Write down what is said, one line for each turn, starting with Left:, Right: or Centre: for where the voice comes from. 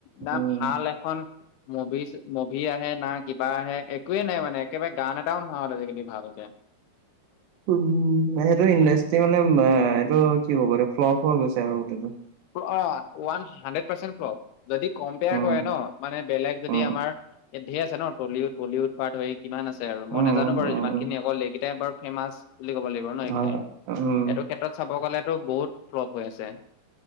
Left: না
Right: উম
Left: ভাল এখন মুভিচ মুভি আহে না কিবা আহে, একোৱে নাই মানে একেবাৰে গান এটাও নহা হৈ থাকিল আজিকালি ভাল। কে
Right: উম, সেইটো ইণ্ডাষ্ট্ৰি মানে, এ এইটো কি কব এইটো ফ্লপ হৈ গৈছে আৰু গোটেইটো।
Left: অ' ৱান হাণ্ড্ৰেড পাৰ্চেণ্ট ফ্লপ যদি কম্পেয়াৰ
Right: উম
Left: কৰে ন, মানে বেলেগ যদি
Right: উম,
Left: আমাৰ ইয়াত ধেৰ আছে ন' টলিউড বলিউড পা ধৰি ইমান আছে আৰু। মই
Right: উম,
Left: নাজানো বাৰু
Right: উম,
Left: যিমানখিনি
Right: উম,
Left: অকল একেইটাই বাৰু ফেমাচ বুলি ক'ব লাগিব ন' এইকেইটাই।
Right: হয়,
Left: এইটো
Right: উম,
Left: ক্ষেত্ৰত চাব গ'লেতো বহুত ফ্লপ হৈ আছে।